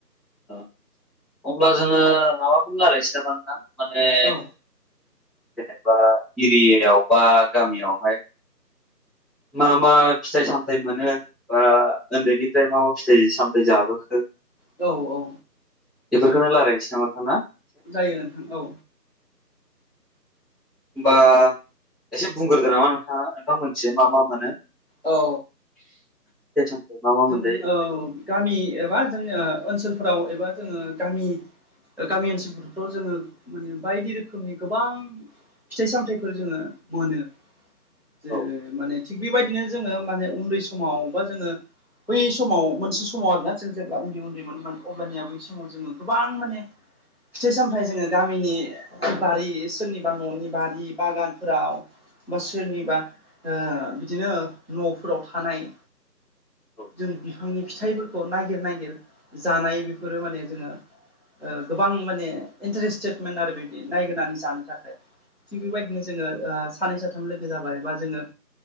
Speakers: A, in the centre; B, on the left.
A: ओ अब्ला जोङो माबाखोनो रायलायनोसै नामा नोंथां माने
B: औ
A: जेनेबा एरियायाव बा गामियावहाय मा मा फिथाइ सामथाइ मोनो बा उन्दैनिफ्राय मा मा फिथाइ सामथायाइ जाबोखो
B: औ औ
A: बेफोरखौनो रायनोस ना नोंथाङा?
B: जायो नोंथां औ।
A: होमबा एसे बुंग्रोदो नामा नोंथाङा नोंथां मोननिथिं मा मा मोनो।
B: औ
A: फिथाइ सामथाइ मा मा
B: जों
A: मोनजायो?
B: औ गामि एबा जोंनि ओनसोलफोराव एबा जोङो गामि गामि ओनसोलफोरावथ' जोङो माने बायदि रोखोमनि गोबां फिथाइ सामथायाइफोर जोङो मोनो ज
A: औ
B: माने थिग बेबायदिनो जोङो माने उन्दै समाव बा जोङो बै समाव मोनसे समाव आरोना जों जेब्ला उन्दै उन्दै मोनोमोन अब्लानिया बै समाव जोङो गोबां माने फिथाइ सामथायाइ जोङो गामिनि बारि सोरनिबा न'नि बारि बागानफोराव बा सोरनिबा बिदिनो न'फोराव थानाय
A: औ
B: जों बिफांनि फिथाइफोरखौ नागिर नागिर जानाय बेफोरो माने जोङो गोबां माने इन्टारेस्टेडमोन आरो बिदि नायगिरनानै जानो थाखाय। थिग बेबायदिनो जोङो सानै साथाम लोगो जाबाय बा जोङो